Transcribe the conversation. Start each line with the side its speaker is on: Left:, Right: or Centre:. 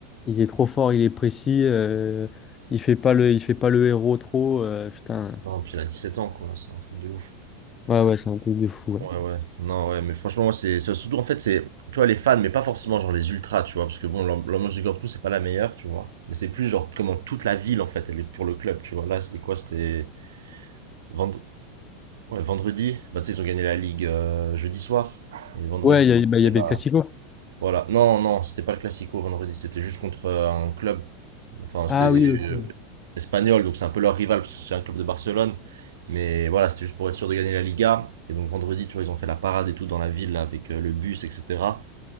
Left: Il est trop fort, il est précis. euh, il fait pas le, il fait pas le héros trop. euh, putain.
Right: Non, puis il a 17 ans, quoi, c'est un truc de ouf.
Left: Ouais, ouais, c'est un truc de fou. Ouais,
Right: Ouais, ouais, non, ouais, mais franchement, moi, c'est c'est surtout en fait, c'est, tu vois, les fans, mais pas forcément genre les ultras, tu vois, parce que bon, l'am- l'ambiance du Camp Nou, c'est pas la meilleure, tu vois, mais c'est plus genre comment toute la ville, en fait, elle est pour le club, tu vois. Là, c'était quoi? C'était vendre... ouais, vendredi, bah, tu sais, ils ont gagné la Ligue euh, jeudi soir, et vendredi,
Left: ouais, il y,
Right: ils ont
Left: a- bah, il
Right: fait
Left: y avait
Right: la-
Left: le Classico.
Right: voilà, non, non, c'était pas le Classico vendredi, c'était juste contre euh, un club Enfin,
Left: Ah
Right: c'était
Left: oui, ok.
Right: euh, espagnol, donc c'est un peu leur rival parce que c'est un club de Barcelone. Mais voilà, c'était juste pour être sûr de gagner la Liga. Et donc vendredi, tu vois, ils ont fait la parade et tout dans la ville là, avec euh, le bus, etc.